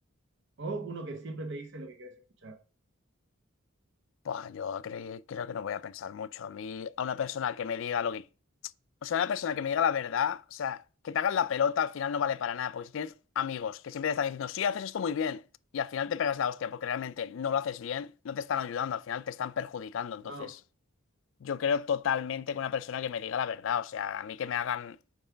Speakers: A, on the right (about 55°); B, on the left (about 60°).
A: ¿O uno que siempre te dice lo que quieres escuchar?
B: pues yo cre- creo que no voy a pensar mucho. A mí, a una persona que me diga lo que O sea, una persona que me diga la verdad, o sea, que te hagan la pelota al final no vale para nada, porque si tienes amigos que siempre te están diciendo, sí, haces esto muy bien, y al final te pegas la hostia porque realmente no lo haces bien, no te están ayudando, al final te están perjudicando. Entonces,
A: No,
B: yo creo totalmente que una persona que me diga la verdad, o sea, a mí que me hagan